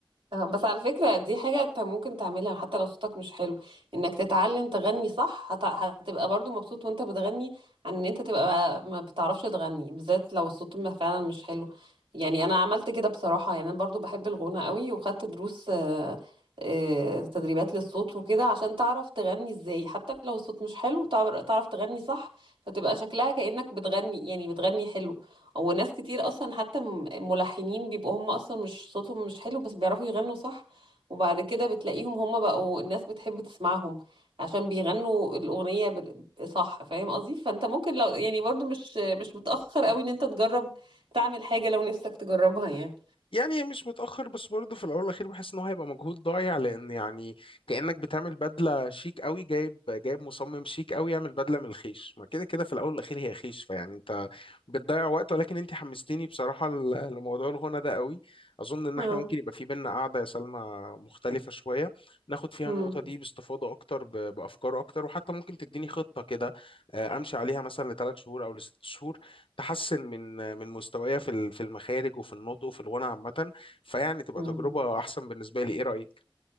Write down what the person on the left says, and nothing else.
يعني مش متأخر بس برضه في الأول والأخير بحس إن هو هيبقى مجهود ضايع لأن يعني كأنك بتعمل بدلة شيك قوي جايب جايب مصمم شيك قوي يعمل بدلة من الخيش ما كده كده في الأول والأخير هي خيش فيعني أنت بتضيع وقت ولكن أنت حمستيني بصراحة ل- لموضوع الغنى ده قوي أظن إن
إحنا ممكن يبقى في بينا قعدة يا سلمى مختلفة شوية ناخد فيها
النقطة دي باستفاضة أكتر ب- بأفكار أكتر وحتى ممكن تديني خطة كده آه، أمشي عليها مثلا لثلاث شهور أو لست شهور تحسن من من مستوايا في ال- في المخارج وفي النطق وفي الغنى عامة فيعني تبقى
تجربة أحسن بالنسبة لي إيه رأيك؟